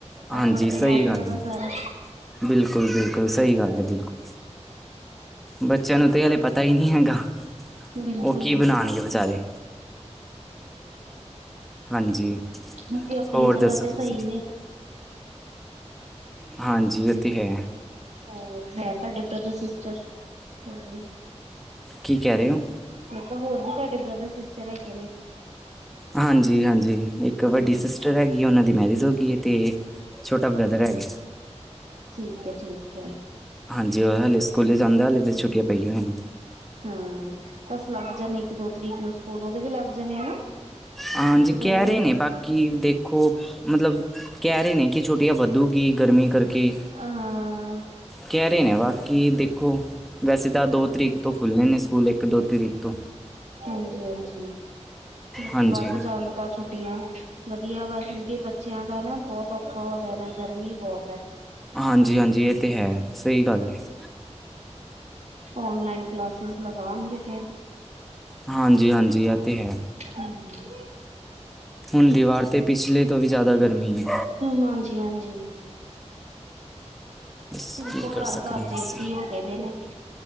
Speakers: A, in the centre; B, on the right.
A: ਹਾਂਜੀ
B: ਐਫਟ
A: ਸਹੀ
B: ਤੇ ਮਾ ਪਿਓ
A: ਗੱਲ
B: ਦਾ
A: ਹੈ
B: ਸਾਰਾ।
A: ਬਿਲਕੁਲ ਬਿਲਕੁਲ ਸਹੀ ਗੱਲ ਹੈ ਬਿਲਕੁਲ। ਬੱਚਿਆਂ ਨੂੰ ਤੇ ਹਲੇ ਪਤਾ ਹੀ ਨਹੀਂ ਹੈਗਾ
B: ਬਿਲਕੁਲ-ਬਿਲਕੁਲ।
A: ਉਹ ਕੀ ਬਣਾਉਣਗੇ
B: <unintelligible>
A: ਵਿਚਾਰੇ ਹਾਂਜੀ
B: ਉਹ ਵੀ ਆਪਣੀ
A: ਹੋਰ
B: ਜਗ੍ਹਾ
A: ਦੱਸੋ
B: ਤੇ
A: ਤੁਸੀਂ
B: ਸਹੀ ਨੇ।
A: ਹਾਂਜੀ ਉਹ ਤੇ ਹੈ।
B: ਔਰ ਹੈ ਤੁਹਾਡੇ ਬ੍ਰਦਰ ਸਿਸਟਰ, ਹੋਰ ਵੀ?
A: ਕੀ ਕਹਿ ਰਹੇ ਹੋ
B: ਮੈਂ ਕਿਹਾ ਹੋਰ ਵੀ ਤੁਹਾਡੇ ਬ੍ਰਦਰ-ਸਿਸਟਰ ਹੈਗੇ ਨੇ?
A: ਹਾਂਜੀ-ਹਾਂਜੀ, ਇੱਕ ਵੱਡੀ
B: ਹਮ
A: ਸਿਸਟਰ ਹੈਗੀ ਉਹਨਾਂ ਦੀ ਮੈਰਿਜ ਹੋ ਗਈ। ਤੇ, ਛੋਟਾ ਬ੍ਰਦਰ ਹੈਗੇ।
B: ਠੀਕ ਹੈ ਠੀਕ ਐ।
A: ਹਾਂਜੀ ਉਹ ਹਾਲੇ ਸਕੂਲ ਹੀ ਜਾਂਦਾ ਹਲੇ ਤਾਂ ਛੁੱਟੀਆਂ ਪਈਆਂ ਹੋਈਆਂ ਨੇ।
B: ਹਾਂ ਬਸ ਲੱਗ ਜਾਣੇ ਇੱਕ-ਦੋ ਤਰੀਕ ਨੂੰ ਸਕੂਲ ਉਹਦੇ ਵੀ ਲੱਗ ਜਾਣੇ ਹਨਾ।
A: ਹਾਂਜੀ,
B: ਇੱਕ ਦੋ
A: ਕਹਿ
B: ਨੂੰ
A: ਰਹੇ ਨੇ ਬਾਕੀ ਦੇਖੋ, ਮਤਲਬ ਕਹਿ ਰਹੇ ਨੇ। ਕਿ ਛੋਟੀਆਂ ਵੱਦੂਗੀ, ਗਰਮੀ ਕਰਕੇ।
B: ਹਾਂ
A: ਕੇ ਰੇ ਨੇ ਬਾਕੀ ਦੇਖੋ। ਵੈਸੇ ਤਾਂ ਦੋ ਤਰੀਕ ਤੋਂ, ਖੁੱਲਨੇ ਨੇ ਸਕੂਲ ਇੱਕ, ਦੋ ਤਰੀਕ ਤੋਂ।
B: ਹਾਂਜੀ- ਹਾਂਜੀ। ਬਾਕੀ
A: ਹਾਂਜੀ
B: ਵੱਧ ਜਾਣ ਤਾ ਛੁੱਟੀਆਂ, ਵਧੀਆ ਵਾ ਕਿਉਂਕਿ, ਬੱਚਿਆਂ ਦਾ ਨਾ, ਬਹੁਤ ਔਖਾ ਹੋ ਜਾਏਣਾ, ਗਰਮੀ ਬਹੁਤ ਹੈ।
A: ਹਾਂਜੀ- ਹਾਂਜੀ। ਇਹ ਤੇ ਹੈ। ਸਹੀ ਗੱਲ ਹੈ।
B: ਓਨਲਾਈਨ ਕਲਾਸਿਸ ਲਗਾਉਣਗੇ ਫੇਰ।
A: ਹਾਂਜੀ ਹਾਂਜੀ ਇਹ ਤੇ ਹੈ
B: ਹੂੰ।
A: ਹੁਣ ਦੀ ਵਾਰ ਤੇ, ਪਿਛਲੇ ਤੋਂ ਵੀ ਜ਼ਿਆਦਾ ਗਰਮੀ ਹੈ।
B: ਹਾਂਜੀ- ਹਾਂਜੀ।
A: ਬਸ
B: ਦੇਖੋ,
A: ਕੀ ਕਰ
B: ਘਰ-
A: ਸਕਦੇ
B: ਘਰ
A: ਹਾਂ
B: ਚ,
A: ਅਸੀਂ
B: ਏ ਸੀ ਹੋ ਗਏ ਨੇ, ਨੇ।